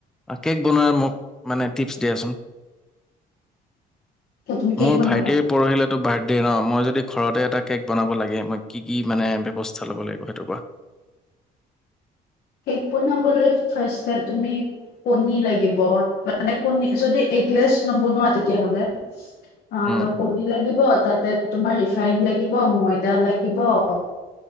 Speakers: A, in the centre; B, on the left.
A: অ, কেক বনোৱাৰ মোক মানে টিপছ দিয়াচোন?
B: ত' তুমি কেক
A: মোৰ
B: বনাবা?
A: ভাইটিৰ পৰহিলেতো বাৰ্থ দে ন, মই যদি ঘৰতে এটা কেক বনাব লাগে মই কি-কি মানে ব্যৱস্থা ল'ব লাগিব সেইটো কোৱা?
B: কেক বনাবলৈ ফাৰ্ষ্ট এ তুমি কণী লাগিব মানে কণী যদি এগলেছ নবনোৱা তেতিয়াহলে। অ,
A: উম,
B: ত' কণী লাগিব তাতে তোমাৰ ৰিফাইন লাগিব ময়দা লাগিব অ,